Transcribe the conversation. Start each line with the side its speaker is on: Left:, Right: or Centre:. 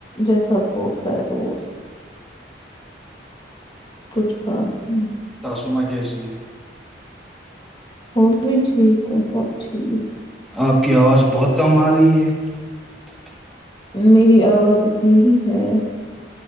Left: جیسا ہوتا ہے ر کچھ خاص نہیں ہے
Centre: سثم کےس ہیں
Left: ہو بھی ٹھیک ہے سب ٹھیک
Centre: آپ کی آواز بہت کم آ رہی ہے <unintelligible>
Left: میری آواز اتنی ہی ہے